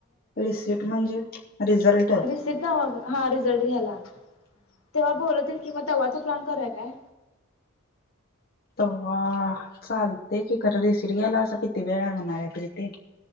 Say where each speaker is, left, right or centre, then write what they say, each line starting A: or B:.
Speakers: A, on the left; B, on the left.
A: रिसीट म्हणजे रिझल्ट?
B: रिसिट नव्हं ग हां रिझल्ट घ्यायला, तेव्हा बोलवतील की मग तेव्हाचा प्लान करुया‌काय?
A: व्ह चालते की, <unintelligible> रिसिट घ्यायला असा किती वेळ लागणार आहे?